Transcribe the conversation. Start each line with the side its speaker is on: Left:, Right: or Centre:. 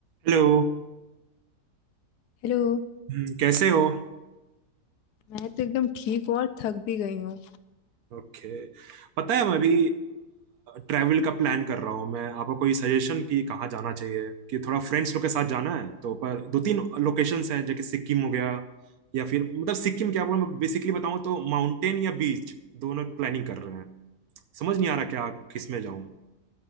Right: Hello
Left: Hello
Right: हम्म, कैसे हो
Left: मैं तो एकदम ठीक हूँ और थक भी गई हूँ
Right: Okay पता है मैं अभी ट्रैवल का प्लान कर रहा हूँ मैं आपको कोई सजेशन कि कहाँ जाना चाहिए कि थोड़ा फ्रेंड्स लोग के साथ जाना है तो पर दो तीन लोकेशंस हैं जैसे सिक्किम हो गया या फिर मतलब सिक्किम क्या बोलूं मैं बेसिकली बताऊँ तो माउंटेन या बीच दोनों प्लानिंग कर रहे हैं समझ नहीं आ रहा क्या किस में जाऊँ